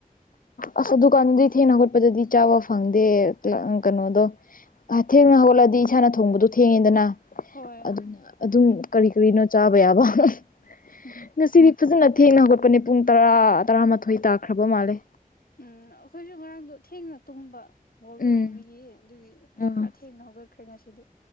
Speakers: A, on the left (about 70°); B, on the left (about 85°).
A: ꯑꯁ ꯑꯗꯨꯀꯥꯟꯗꯗꯤ ꯊꯦꯡꯅ ꯍꯧꯒꯠꯄꯗꯗꯤ ꯆꯥꯕ ꯐꯪꯗꯦ ꯀ꯭ꯂꯥꯛ ꯑ ꯀꯩꯅꯣꯗꯣ ꯑ ꯊꯦꯡꯅ ꯍꯧꯒꯠꯂꯗꯤ ꯏꯁꯥꯅ ꯊꯣꯡꯕꯗꯣ ꯊꯦꯡꯉꯦꯗꯅ
B: ꯍꯣꯏ
A: ꯑꯗꯨꯅ ꯑꯗꯨꯝ ꯀꯔꯤ ꯀꯔꯤꯅꯣ ꯆꯥꯕ ꯌꯥꯕ <unintelligible>
B: <unintelligible>
A: ꯉꯁꯤꯗꯤ ꯐꯖꯅ ꯊꯦꯡꯅ ꯍꯧꯒꯠꯄꯅꯦ ꯄꯨꯡ ꯇꯔꯥ ꯇꯔꯥꯃꯥꯊꯣꯏ ꯇꯥꯈ꯭ꯔꯕ ꯃꯥꯜꯂꯦ
B: ꯎꯝ ꯑꯩꯈꯣꯏꯁꯨ ꯉꯔꯥꯡꯗꯣ ꯊꯦꯡꯅ ꯇꯨꯝꯕ ꯕꯣꯜꯗꯣ
A: ꯎꯝ
B: ꯌꯦꯡꯕꯒꯤ ꯑꯗꯨꯒꯤ
A: ꯎꯝ
B: ꯈꯔ ꯊꯦꯡꯅ ꯍꯧꯒꯠꯈ꯭ꯔꯦ ꯉꯁꯤꯗꯤ